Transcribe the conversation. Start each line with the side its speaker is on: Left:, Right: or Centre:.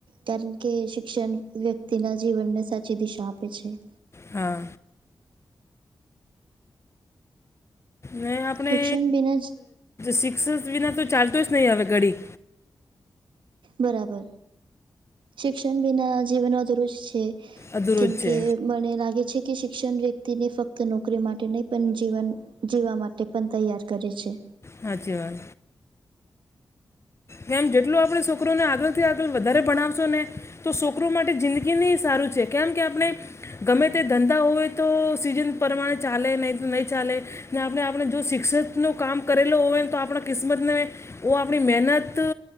Right: કારણ કે શિક્ષણ વ્યક્તિના જીવનને સાચી દિશા આપે છે.
Left: હા. ને આપણે
Right: શિક્ષણ બિના જ
Left: શિક્ષક વિના તો ચાલતું જ નહીં હવે ઘડી
Right: બરાબર શિક્ષણ બીના જીવન અધુર જ છે
Left: અધૂરો
Right: કેમકે
Left: જ છે
Right: મને લાગે છે કે શિક્ષણ વ્યક્તિને ફક્ત નોકરી માટે નહીં પણ જીવન જીવા માટે પણ તૈયાર કરે છે.
Left: હાચી વાત. કેમ જેટલું આપડે છોકરોને આગળથી આગળ વધારે ભણાવશો ને તો છોકરો માટે જિંદગીની સારું છે કેમ કે આપણે ગમે તે ધંધા હોય તો સિઝન પ્રમાણે ચાલે નહીં તો નહીં ચાલે ને આપણે આપણે જો શિક્ષિતનું કામ કરેલો હોય ને તો આપણા કિસ્મતને ઓ આપણી મહેનત તો